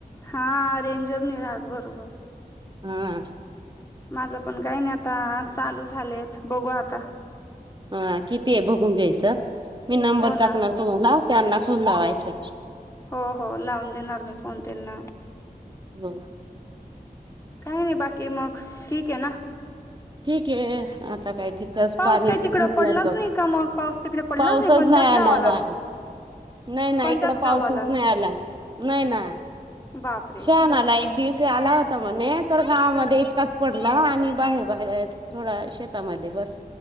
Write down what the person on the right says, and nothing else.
हा,
हा किती आहे भघून घ्यायचं मी नंबर
टाकणार तुम्हाला, <unintelligible> त्यांना सून लावायचे
हो
ठीक आहे आता काय? ठीकच
पाणीचीव
<unintelligible> ब
पाऊसच
नाही आला
बाई
नाही नाही
इकड पाऊसच
नाही आला नाही ना
छान आला एक दिवस आला, णे <unintelligible> तर गावामध्ये इतकाच पडला आणि बाहेर बाहेर थोडा शेतामध्ये बस